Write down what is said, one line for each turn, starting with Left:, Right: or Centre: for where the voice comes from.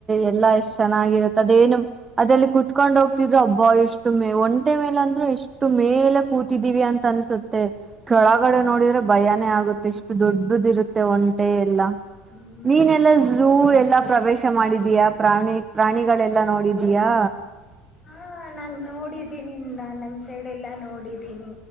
Right: ಎಲ್ಲಾ ಎಷ್ಟ್ ಚೆನ್ನಾಗಿರುತ್ತೆ ಅದೇಏನು ಅದೆಲ್ಲಿ ಕುೂತ್ಕೊಂಡ್ ಹೋಗ್ತ ಒಬ್ಬ ಎಷ್ಟು ಮೇ ಒಂಟೆ ಮೇಲೆ ಅಂದ್ರು ಇಷ್ಟು ಮೇಲೆ ಕೂತಿದೀವಿ ಅಂತ ಅನ್ಸುತ್ತೆ ಕೆ
Left: ಹ್ಮ್
Right: ಹೊಳಗಡೆ ನೋಡಿದ್ರೆ ಭಯಾನೇ ಆಗುತ್ತೆ ಎಷ್ಟು ದೊಡ್ಡದ ಇರುತ್ತೆ ಒಂಟೆ ಎಲ್ಲ
Left: ಹ್ಮ್
Right: ನೀನೆಲ್ಲಾ ಝೂ ಎಲ್ಲಾ ಪ್ರವೇಶ ಮಾಡಿದೀಯಾ ಪ್ರಾಣಿ ಪ್ರಾಣಿಗಳೆಲ್ಲಾ ನೋಡಿದೀಯಾ
Left: ಹಾ ನನ್ ನೋಡಿದ್ದೀನಿ ನಾ ನಮ ಸೈಡ್ ಎಲ್ಲಾ ನೋಡಿದ್ದೀನಿ